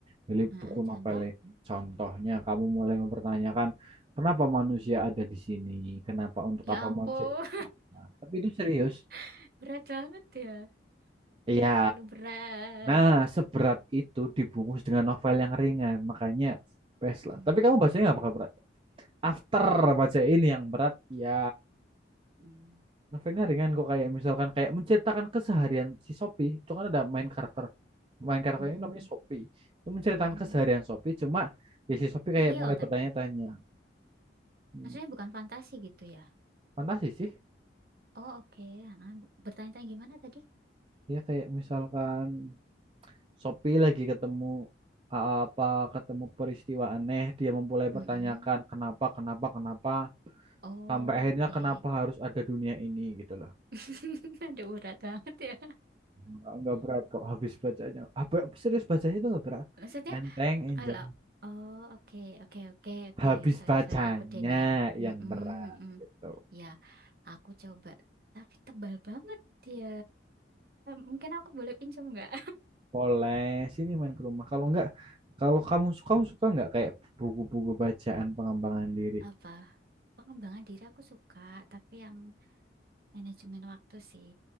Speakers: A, on the right; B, on the right.
A: dari
B: Heeh,
A: buku
B: contoh?
A: novel ini. Contohnya kamu mulai mempertanyakan kenapa manusia ada di sini, kenapa untuk
B: Ya
A: apa
B: ampun,
A: manusia diciptakan. Tapi itu serius.
B: <laughs> berat banget ya. Aduh,
A: Iya.
B: terlalu berat.
A: Nah, seberat itu dibungkus dengan novel yang ringan, makanya best lah.
B: Hmm.
A: Tapi kamu bacanya nggak bakal berat. After baca ini yang berat, ya
B: hmm.
A: Novelnya ringan kok kayak misalkan kayak menceritakan keseharian si Sophie itu kan ada main karakter main karakter
B: Mm-mm,
A: ini namanya Sophie itu menceritakan
B: mm-mm.
A: keseharian Sophie cuma ya si Sophie kayak
B: Real
A: mulai
B: tapi,
A: bertanya-tanya Hmm,
B: maksudnya bukan fantasi gitu ya?
A: fantasi sih
B: Oh oke, Ah, bu- Bertanya-tanya gimana tadi?
A: dia kayak misalkan Sophie lagi ketemu a- apa ketemu peristiwa aneh dia memulai pertanyakan
B: Mm-mm.
A: kenapa kenapa kenapa
B: Oh,
A: sampai akhirnya
B: oke.
A: kenapa harus ada dunia ini gitu loh
B: <laughs> Ada urat banget ya.
A: nggak, nggak berat kok habis bacanya Ah, ber- serius bacanya itu nggak berat
B: Maksudnya
A: enteng enjoy
B: kalau oh oke oke oke oke
A: habis
B: sorry
A: bacanya
B: sorry aku Daniel. Mm-mm,
A: yang berat
B: mm-mm.
A: gitu.
B: Ya aku coba tapi tebal banget ya. Mungkin aku boleh pinjam nggak?
A: Boleh sini main ke rumah. Kalau enggak, kalau kamu suka kamu suka enggak kayak buku-buku bacaan pengembangan
B: <laughs>
A: diri,
B: Apa pengembangan diri aku suka tapi yang Manajemen waktu sih